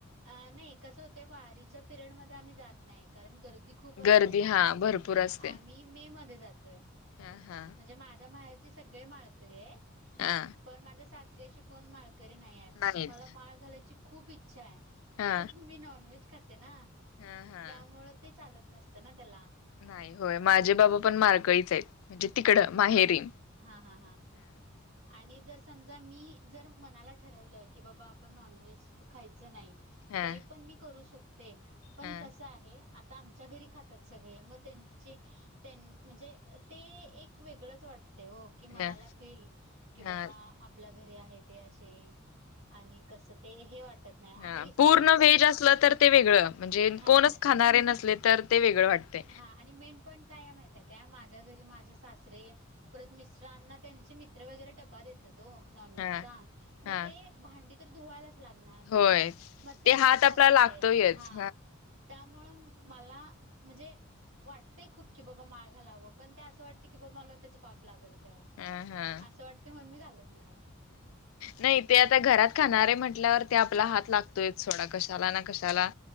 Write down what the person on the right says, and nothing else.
अ नाही कसं होत वारीच्या पिरियड मध्ये आम्ही जात नाही कारण गर्दी खूप असते
ना
आम्ही मे मध्ये जातोय.
म्हणजे माझ्या माहेरचे सगळे मानकरी आहेत.
पण माझ्या सासरी अशी कोण माळकरी नाही आहेत
आणि मला माळ घालायची खूप इच्छा आहे.
पण मी नॉन व्हेज खाते ना
त्यामुळें ते चालत नसत ना त्याला.
हा हा आणि जर समजा मी जर मनाला ठरवलं की बाबा आपण नॉनव्हेज खायचं नाही
तरी पण मी करू शकते पण
कस आहे आता आमच्या घरी खातात सगळे मग त्यांचे त्यां म्हणजे ते एक वेगळंच वाट ते ओ की मनाला
फील की
बाबा आपल्या घरी आहेत हे अशे- ते आणि कस ते हे वाटत नाही
आणि-
मेन पॉईंट
हां
आणि
हां आणि मेन पॉईंट काय माहित काय माझ्या घरी माझे सासरे- परत मिस्टरांना त्यांचे मित्र वगैरे डब्बा देतात. तो नॉनव्हेज
चा मग
ते भांडी तर धुवाला, लागणार
मग ते
पाप
लागतय
हा, त्यामुळं मला, म्हणजे वाटतंय खूप की बाबा माळ घालावं, पण ते असं वाटते की बाबा मला त्याच पाप लागेल का‌. का,
असं वाटते म्हणून मी घालत नाही
असं
आहे.